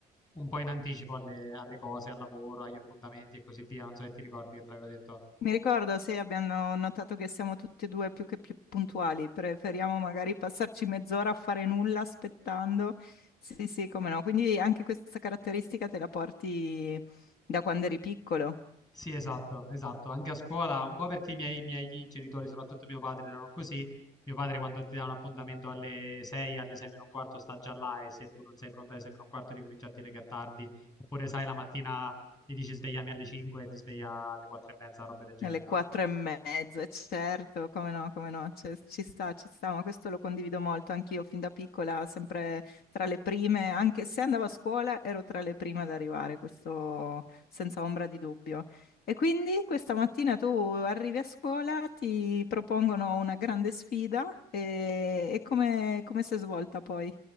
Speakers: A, on the left; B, on the left.
A: un po' in anticipo alle, alle cose, al lavoro, agli appuntamenti e così via. Non so se ti ricordi che te l'avevo detto.
B: Mi ricordo, sì, abbiamo notato che siamo tutti e due più che più puntuali, preferiamo magari passarci mezz'ora a fare nulla aspettando. Sì, sì, come no. Quindi anche questa caratteristica te la porti da quando eri piccolo.
A: Sì, esatto, esatto. Anche a scuola, un po' perché i miei, i miei genitori, soprattutto mio padre, erano così. Mio padre quando ti dà un appuntamento alle 6, alle 6 meno un quarto sta già là e se tu non sei pronta alle 6 meno un quarto ti comincia a dire che è tardi. Oppure sai, la mattina gli dici svegliami alle 5 e ti sveglia alle 4 e mezza, roba del genere,
B: Nelle quattro
A: no?
B: e mezza, eh, certo, come no, come no, cioè, ci sta, ci sta, ma questo lo condivido molto anch'io fin da piccola, sempre tra le prime, anche se andavo a scuola ero tra le prime ad arrivare, questo senza ombra di dubbio. E quindi questa mattina tu arrivi a scuola, ti propongono una grande sfida e, e come, come si è svolta poi?